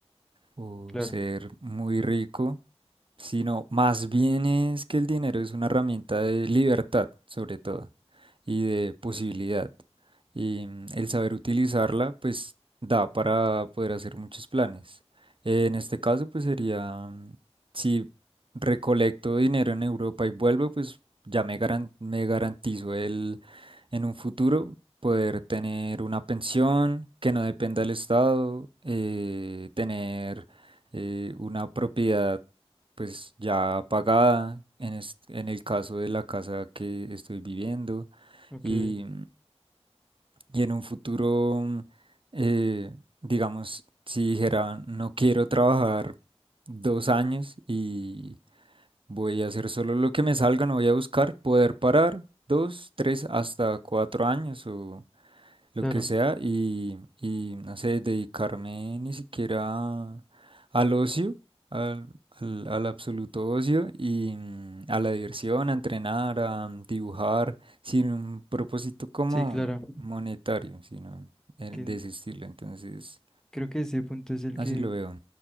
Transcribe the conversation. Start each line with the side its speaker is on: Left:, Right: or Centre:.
Right: o
Centre: Claro.
Right: ser muy rico, sino más bien es que el dinero es una herramienta de libertad, sobre todo, y de posibilidad. Y mm, el saber utilizarla, pues, da para poder hacer muchos planes. Eh, en este caso, pues sería, mm, si recolecto dinero en Europa y vuelvo, pues ya me garan- me garantizo el, en un futuro. poder tener una pensión que no dependa del Estado, eh, tener eh, una propiedad pues ya pagada en, es- en el caso de la casa que estoy viviendo
Centre: Ok,
Right: y, y en un futuro, mm, eh, digamos, si dijera no quiero trabajar dos años y voy a hacer solo lo que me salga, no voy a buscar, poder parar dos, tres, hasta cuatro años o lo
Centre: claro,
Right: que sea y, y no sé, dedicarme ni siquiera al ocio, al, al, al absoluto ocio y mm, a la diversión, a entrenar, a dibujar, sin un propósito como
Centre: sí, claro,
Right: monetario, sino eh,
Centre: que
Right: de ese estilo. Entonces,
Centre: creo que ese punto es el
Right: así
Centre: que
Right: lo veo.